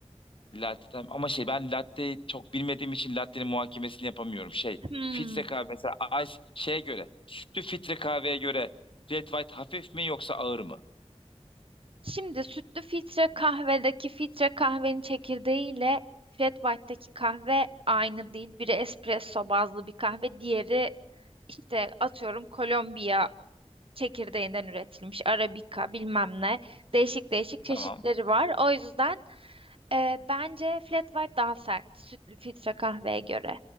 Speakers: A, on the left (about 45°); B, on the right (about 50°).
A: Latte'den ama şey ben latte çok bilmediğim için latte'nin muhakemesini yapamıyorum. Şey
B: Hmm.
A: filtre kahve mesela ice şeye göre sütlü filtre kahveye göre flat white hafif mi yoksa ağır mı?
B: Şimdi sütlü filtre kahvedeki filtre kahvenin çekirdeğiyle Flat White'daki kahve aynı değil. Biri espresso bazlı bir kahve, diğeri işte atıyorum Kolombiya çekirdeğinden üretilmiş Arabica bilmem ne. Değişik değişik çeşitleri
A: Tamam.
B: var. O yüzden e, bence Flat White daha sert sütlü filtre kahveye göre.